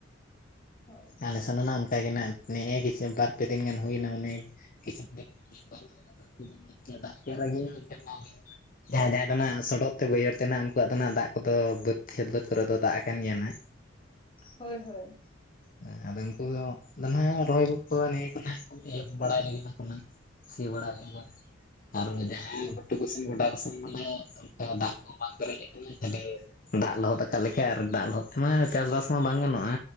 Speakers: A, on the left; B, on the left.
A: ᱦᱳᱭ
B: ᱟᱞᱮ ᱥᱮᱱ ᱫᱚ ᱱᱟᱝ ᱜᱮ ᱱᱟ ᱱᱮᱜᱼᱮ ᱠᱤᱪᱷᱩ ᱵᱟᱨ ᱯᱮ ᱫᱤᱱ ᱜᱟᱱ ᱦᱩᱭ ᱱᱟ ᱢᱚᱱᱮᱭ ᱠᱤᱪᱷᱩ ᱫᱤᱱ <inaudible> <inaudible> ᱫᱟᱜ <inaudible> ᱡᱟᱦᱟᱸᱭ ᱡᱟᱦᱟᱸ ᱫᱚ ᱱᱟᱜ ᱥᱚᱰᱚᱜ ᱛᱮ ᱵᱟᱹᱭᱦᱟᱹᱲ ᱛᱮ ᱱᱟᱜ ᱩᱱᱠᱩᱣᱟᱜ ᱫᱚ ᱱᱟᱜ ᱫᱟᱜ ᱠᱚᱫᱚ ᱵᱟᱹᱫᱽ ᱠᱷᱮᱛ ᱵᱟᱹᱫᱽ ᱠᱚᱨᱮ ᱫᱚ ᱫᱟᱜ ᱟᱠᱟᱱ ᱜᱮᱭᱟ ᱱᱟ᱾
A: ᱦᱳᱭ ᱦᱳᱭ᱾
B: ᱦᱮ ᱟᱫᱚ ᱩᱱᱠᱩ ᱜᱮ ᱨᱚᱦᱚᱭ ᱱᱤᱭᱟᱹ ᱠᱚ ᱱᱟᱜ ᱠᱚ ᱤᱭᱟᱹ ᱵᱟᱲᱟᱭ ᱞᱟᱹᱜᱤᱫ ᱠᱚ ᱱᱟᱜ᱾ ᱥᱤ ᱵᱟᱲᱟᱭ ᱵᱟᱛ ᱟᱨ ᱡᱟᱦᱟᱸᱭ
A: ᱦᱳᱭ
B: ᱜᱩᱴᱩ ᱠᱩ ᱥᱮᱱ ᱜᱚᱰᱟ ᱠᱟᱥᱮᱱ ᱢᱟ ᱱᱟᱜ ᱚᱝᱛᱮ ᱦᱚ ᱫᱟᱜ ᱠᱚ ᱵᱟᱝ ᱯᱮᱨᱮᱡ ᱠᱟᱱᱟ ᱛᱟᱞᱦᱮ ᱫᱟᱜ ᱞᱚᱦᱚᱫ ᱟᱠᱟᱜ ᱞᱮᱠᱟ ᱟᱨ ᱫᱟᱜ ᱞᱚᱦᱚᱫ ᱛᱮᱢᱟ ᱪᱟᱥᱵᱟᱥ ᱠᱚᱢᱟ ᱵᱟᱝ ᱜᱟᱱᱚᱜᱼᱟ,